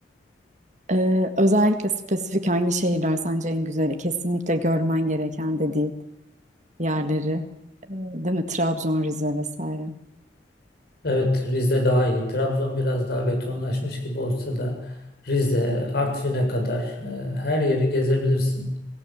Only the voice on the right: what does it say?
Ee, özellikle spesifik hangi şehirler sence en güzeli? Kesinlikle görmen gereken dediğin yerleri. Ee, değil mi? Trabzon, Rize vesaire.